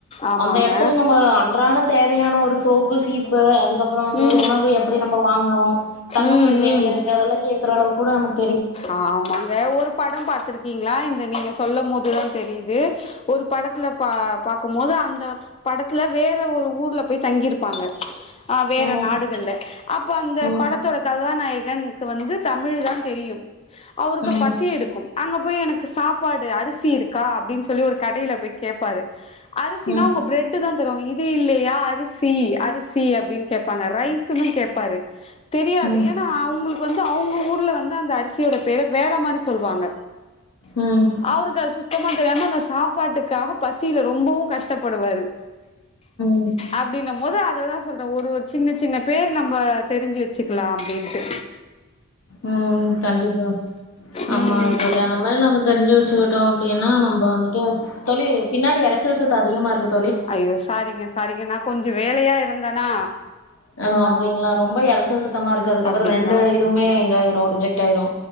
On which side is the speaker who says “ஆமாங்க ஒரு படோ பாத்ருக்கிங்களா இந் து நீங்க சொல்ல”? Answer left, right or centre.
Left